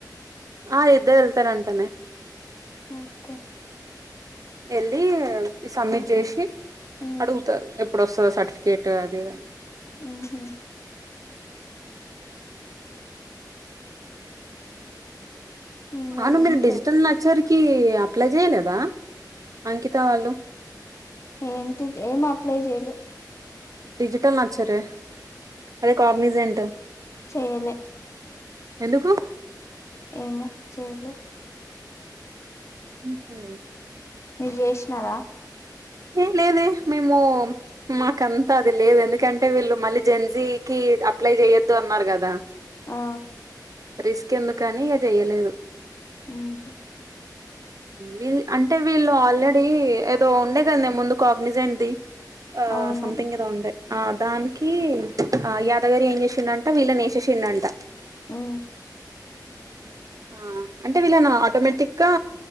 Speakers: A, on the right (about 50°); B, on the left (about 40°).
A: ఆ ఇద్దర్వెళ్తరంటనే
B: ఓకే
A: ఎళ్ళి ఈ సబ్మిట్ జేసి
B: ఉమ్
A: అడుగుతారు ఎప్పుడొస్తదో సర్టిఫికేట్ అది ఇదని
B: ఉహు ఇంగా
A: అవును
B: ఏంలే
A: మీరు డిజిటల్ నచ్చరికి అప్లై జెయ్యలేదా అంకిత వాళ్ళు
B: ఏంటిద్ ఏం అప్లై జెయలే
A: డిజిటల్ నచ్చరే అదే కాగ్నిజెంట్
B: జేయలే
A: ఎందుకు
B: ఏమో చేయలే
A: అహ
B: మీర్ జేస్నారా
A: ఏం లేదే మేము మాకంతా అది లేదు ఎందుకంటే వీళ్ళు మళ్ళీ జెన్జీకి అప్లై జెయ్యొద్దు అన్నారు గదా
B: ఆ
A: రిస్క్ ఎందుకని ఇగ చేయలేదు
B: ఉమ్ హు
A: వీళ్ అంటే వీళ్ళు ఆల్రెడీ ఏదో ఉండే కద్నే ముందు కాగ్నిజన్ది ఆ
B: అవును
A: సొమెథింగ్ ఏదో ఉండే ఆ దానికి ఆ యాదగారి ఏం చేసిండంటే వీళ్ళని నేసేసిండంట
B: ఆ
A: ఆ అంటే వీళ్ళను ఆటోమేటిక్ గా